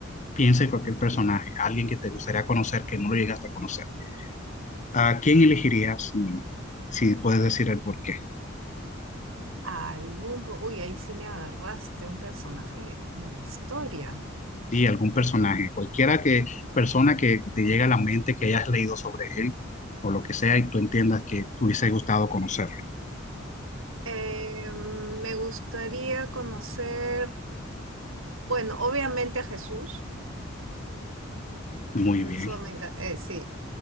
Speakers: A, on the left; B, on the right.
A: piensa en cualquier personaje, alguien que te gustaría conocer que no lo llegaste a conocer, ¿a quién elegirías y si puedes decir el por qué?
B: Algún, po- uy, ahí sí me agarraste, un personaje de la historia.
A: Sí, algún personaje, cualquiera que, persona que te llegue a la mente, que hayas leído sobre él o lo que sea y tú entiendas que te hubiese gustado conocer.
B: Eh, me gustaría conocer, bueno, obviamente a Jesús,
A: Muy
B: Eso
A: bien,
B: me encanta. sí,